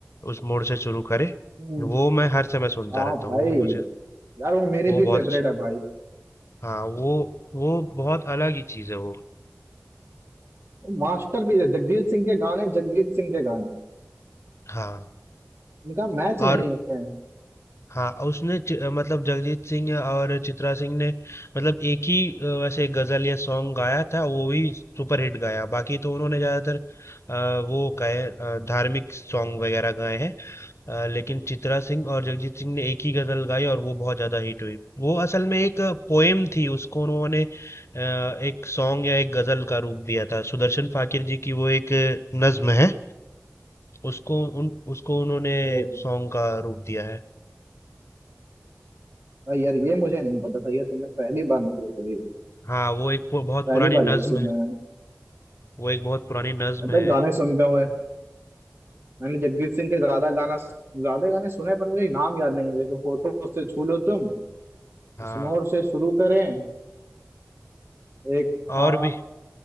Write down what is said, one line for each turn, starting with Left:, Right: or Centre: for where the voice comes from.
Left: उस मोड़ से शुरू करे
Right: हम्म
Left: वो मैं हर समय सुनता
Right: हाँ
Left: रहता
Right: भाई
Left: हूँ वो मुझे
Right: यार वो मेरे
Left: वो
Right: भी
Left: बहुत
Right: फेवरेट
Left: अच्छा
Right: है भाई
Left: हाँ वो वो बहुत अलग ही चीज है वो
Right: वो मास्टर भी है जगजीत सिंह के गाने जगजीत सिंह के गाने
Left: हाँ
Right: इनका मैच
Left: और
Right: नहीं है
Left: हाँ उसने चि- मतलब जगजीत सिंह और चित्रा सिंह ने मतलब एक ही अ, वैसे गजल या सॉन्ग गाया था वो भी सुपर हिट गाया बाकी तो उन्होंने ज्यादातर अ, वो गाए अ, धार्मिक सॉन्ग वगैरह गाए हैं अ, लेकिन चित्रा सिंह और जगजीत सिंह ने एक ही गजल गाई और वो बहुत ज्यादा हिट हुई वो असल में एक पोएम थी उसको उन्होंने अ, एक सॉन्ग या एक गजल का रूप दिया था सुदर्शन फाकिर जी की वो एक नज्म है उसको उन उसको उन्होंने
Right: ओ
Left: सॉन्ग का रूप दिया है
Right: भाई यार ये मुझे नहीं पता था ये तुमने पहली बार मुझे पड़ी
Left: हाँ वो एक पु- बहुत
Right: पहली
Left: पुरानी
Right: बार
Left: नज्म
Right: ही सुना
Left: है वो एक बहुत पुरानी नज्म
Right: मैं तो
Left: है
Right: गाने सुनता हूँ मैंने जगजीत सिंह के ज्यादा गाना ज्यादा गाने सुने हैं, पर मुझे नाम याद नहीं है जैसे फोटो से छू लो तुम
Left: हाँ
Right: इस मोड़ से शुरू करें एक था
Left: और भी